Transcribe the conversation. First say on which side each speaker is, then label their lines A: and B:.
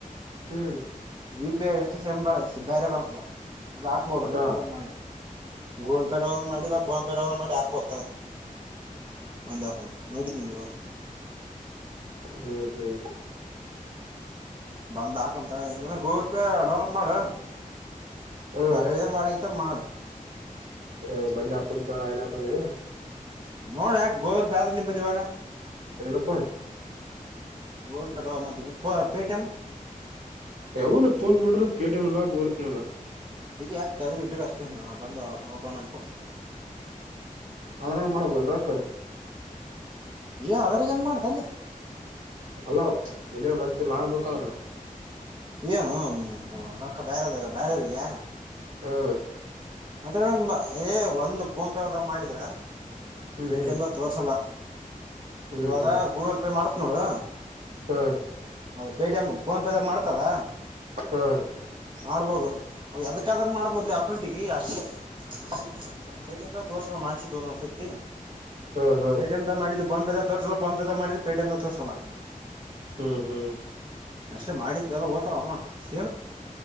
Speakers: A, on the right; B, on the right.
A: ಹ್ಮ್
B: ಯು ಪಿ ಐ ಎಷ್ಟು ಸಿಮ್ ಬರ ಎಷ್ಟು ಬೇರೆ ಬರ್ತದ ಅದು ಹಾಕ್ಬೋದು
A: ಅಟ
B: ಸೇಮ್ ಮಾಡಿ ಗೂಗಲ್ ಪೇ ಡೌನ್ಲೋಡ್ ಮಾಡಿ ಫೋನ್ ಪೇ ಡೌನ್ಲೋಡ್ ಮಾಡಿ ಹಾಕ್ ಒತ್ತ ಒಂದು ಅಕೌಂಟ್ ನೋಡಿದ ನೋಡಿವ
A: ಹ್ಮ್ ಹ್ಮ್
B: ಬಂದಾಗಂತ ಗೂಗಲ್ ಪೇ ಡೌನ್ಲೋಡ್ ಮಾಡ
A: ಹಾ
B: ನಾವ್ ಹೇಳ್ದ ಮಾಡಂಗತ್ತರ್ ಮಾಡ
A: ಅ ಬಂದ ಆಕೋ ತರ ಆಲ್ಲದೆ <unintelligible>
B: ನೋಡ ಯಾಕ ಗೋಗಲ್ ಪ್ಯಾದ ನಿಂಬಲ್ಲಿ ಇವಾಗ
A: ಎಲ್ಲಪ್ಪ
B: ಗೂಗಲ್ ಪೆಟಿಎಂ ಆತ ಅಪ್ಡೇಟ್
A: ಎಲ ತೋಂದ ಬಿಟ ಪೆಟಿಎಂ ಇಲ್ಲ ಗೂಗಲ್ ಪೇ ಇಲ್ಲ
B: ಈಗ ಯಾಕೆ ತೆಗ್ದ್ ಇಟ್ಟಕ ಅಷ್ಟೇ ನ ಬಂದು ಓಪನ್ ಮಾಡಿ ಕೊಡ್ತನ
A: ಅವ್ರ ಮಾಡ್ಬೋದಲ್ ಅಕ್ಕರ
B: ಏ ಅದ್ರಾಗ ಏನ್ ಮಾಡ್ತಲ್ಲೆ
A: ಅಲ್ಲ ಇದ ಮತ್ತೆ ಮಾಡಬೇಕಾದ್ರನು
B: ಏನು ರೊಕ್ಕ ಬೇರದಾಗ ಬೇರೆಯವರಿಗೆ
A: ಹಾ
B: ಅದ್ರ ಏ ಒಂದು್ ಫೋನ್ ಪೇದಾಗ ಮಾಡಿದ್ ಪೆಟಿಎಂ
A: ಹ್ಮ್ ಹ್ಮ್
B: ದಾಗ ತೋರ್ಸಲ್ಲ
A: ಹ್ಮ್
B: ಇವಾಗ ಗೂಗಲ್ ಪೇ ಮಾಡತ್ ನೋಡು
A: ಹ್ಮ
B: ಅದು ಪೆಟಿಎಂ ಫೋನೆಪೇದಾಗ ಮಾಡ್ತಾರಾ
A: ಹಾ
B: ಮಾಡ್ಬೋದು ಅವ ಯದಕ್ಕಾದ್ರ ಮಾಡ್ಬೋದಲಿ ಅಕೌಂಟಿಗೆ ಅಷ್ಟೇ ಒಂದ ಒಂದ ಕೈ ಅಂದ ತೋರ್ಸ ಮಾಡ್ಸಿದ ಒಂದ್ ವಸತಿ
A: ಹಾ ಹಾ
B: ಪೇಟಿಎಂ ದಾಗ ಮಾಡಿದ್ದು ಫೋನೆಪೇ ತೋರ್ಸಲ್ಲ ಫೋನೆಪೇ ದಾಗ ಮಾಡಿದ್ದು ಪೇಟಿಎಂ ತೋರ್ಸಲ್ಲ
A: ಹ್ಮ್ ಹ್ಮ್
B: ಅಷ್ಟೆ ಮಾಡಿದೆ ಎಲ್ಲ ಓದ್ತಾವ ಅಮೌಂಟ್ ಸೇಮ್